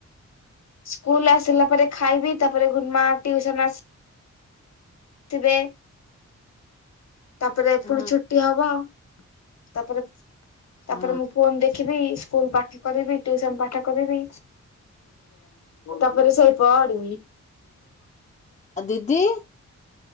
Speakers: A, on the left; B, on the left.
A: ସ୍କୁଲ ଆସିଲା ପରେ ଖାଇବି ତାପରେ ଗୁରୁମା ଟିୁୟୁସନ ଆସ ଥିବେ ତାପରେ
B: ହୁଁ
A: ପୁଣି ଛୁଟି ହବ ତାପରେ
B: ହୁଁ
A: ତାପରେ ମୁଁ ଫୋନ ଦେଖିବି ସ୍କୁଲ ପାଠ କରିବି ଟିୟୁସନ ପାଠ କରିବି। ତାପରେ ସେଇ ପଡିବି।
B: ଆଉ ଦିଦି?